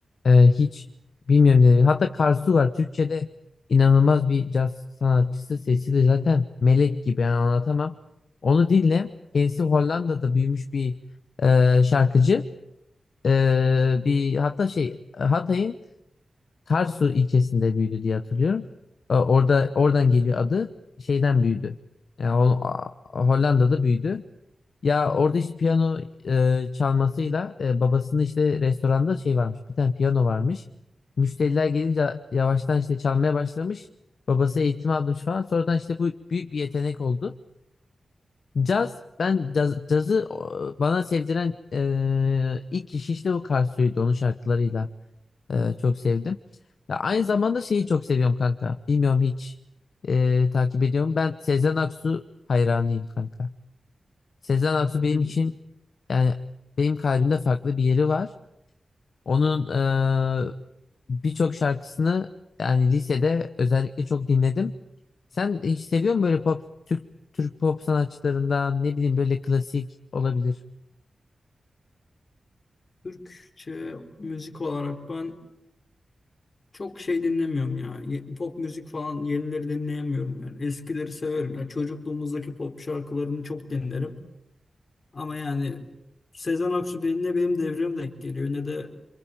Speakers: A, on the left; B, on the left.
A: e, hiç bilmiyorum. dinledim. Hatta Karsu var. Türkçe'de inanılmaz bir caz sanatçısı. Sesi de zaten melek gibi. Yani anlatamam. Onu dinle. Kendisi Hollanda'da büyümüş bir e, şarkıcı. Ee, bir hatta şey Hatay'ın Karsu ilçesinde büyüdü diye hatırlıyorum. Ee, orada oradan geliyor adı. Şeyden büyüdü. Yani o- a- Hollanda'da büyüdü. Ya orada işte piyano e, çalmasıyla e, babasının işte restoranda şey varmış. Bir tane piyano varmış. Müşteriler gelince yavaştan işte çalmaya başlamış. Babası eğitim almış falan. Sonradan işte bu büyük bir yetenek oldu. Caz, ben caz, cazı o, bana sevdiren e, ilk kişi işte o Karsu'ydu onun şarkılarıyla. Ee, çok sevdim. Ya aynı zamanda şeyi çok seviyorum kanka. Bilmiyorum hiç e, takip ediyorum. Ben Sezen Aksu hayranıyım kanka. Sezen Aksu benim
B: Hmm.
A: için yani benim kalbimde farklı bir yeri var. Onun e, birçok şarkısını yani lisede özellikle çok dinledim. Sen hiç seviyor musun böyle pop Türk Türk pop sanatçılarından ne bileyim böyle klasik olabilir.
B: Türkçe müzik olarak ben çok şey dinlemiyorum ya. Ye- Pop müzik falan yenileri dinleyemiyorum yani. Eskileri severim. Ya çocukluğumuzdaki pop şarkılarını çok dinlerim. Ama yani Sezen Aksu benim, ne benim devrime denk geliyor ne de